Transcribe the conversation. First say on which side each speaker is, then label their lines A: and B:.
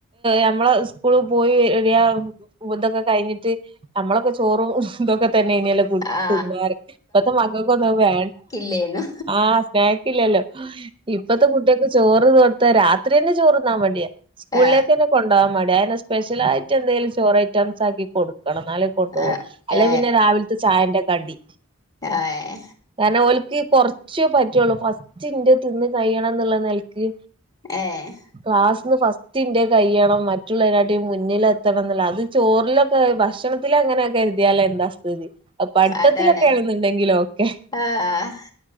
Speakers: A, on the right; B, on the left.
A: ഞമ്മളെ സ്കൂള് പോയി. വെ വെരാ ഉതൊക്കെ കയിഞ്ഞിട്ട് അമ്മളൊക്കെ ചോറും ഇതൊക്കെ. തന്നെയ്ന്നല്ലോ കുടി
B: ആ
A: തിന്നാറ ഇപ്പത്തെ മക്കക്കൊന്നും അഹ് വേ
B: ഇല്ലേനു.
A: ആഹ് സ്നാക്ക് ഇല്ലല്ലോ ഇപ്പത്തെ കുട്ടേക്ക് ചോറ് കൊടുത്ത രാത്രിന്നെ ചോറ്ന്നാ മടിയ. സ്കൂളിലേക്കന്നെ
B: ആ
A: കൊണ്ടാവാൻ മടി അതന്നെ സ്പെഷ്യലായിട്ട് എന്തെലും ചോറ് ഐറ്റംസ് ആക്കി കൊടുക്കും. കെടന്നാലൽ കൊണ്ടു പോകും
B: ആ
A: അല്ലെ
B: ഏ
A: പിന്നെ രാവിലത്തെ ചായന്റെ കടി
B: ഏഹ്.
A: കാരണം ഓൽക്ക് കൊറച്ചേ പറ്റൊള്ളൂ ഫസ്റ്റ് ഇന്റത് തിന്ന് കഴിയണം ന്ന്ള്ള നെല്ക്ക്.
B: ഏഹ്.
A: ക്ലാസ്ന്ന് ഫസ്റ്റന്റെ കയ്യണം മറ്റുള്ളതിനാട്ടി മുന്നിലത്തണംന്ന്ള്ളെ അത് ചോറില ഭക്ഷണത്തിലങ്ങനെ കരുതിയാലെന്താ സ്ഥിതി അഹ് പഠിത്തത്തിലൊക്കെണെന്നുണ്ടെങ്കിലോക്കെ.
B: അതാണ് ആ ആ